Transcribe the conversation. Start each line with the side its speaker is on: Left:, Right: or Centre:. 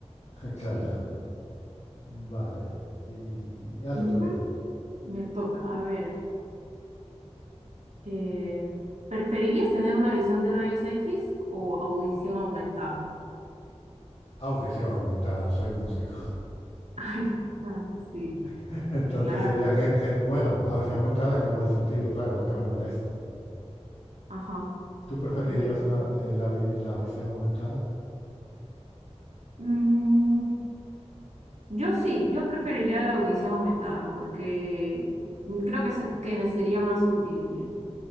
Left: <laughs>
Right: Sí,
Left: Claro.
Right: sí.
Left: Vale. Y ya te
Right: Ujú.
Left: toca a ti.
Right: Me toca, a ver. Eh, ¿preferirías tener una visión de rayos X o audición aumentada?
Left: Audición aumentada, soy músico.
Right: <laughs> Ay, ah, sí,
Left: <laughs> Entonces
Right: claro.
Left: sería genial. Bueno, audición aumentada en el buen sentido, claro, no que me moleste.
Right: Ajá,
Left: ¿Tú preferirías
Right: ya.
Left: una, eh, la, vi- la visión aumentada?
Right: Mm, yo sí, yo preferiría la audición aumentada porque creo que, se- que me sería más útil en,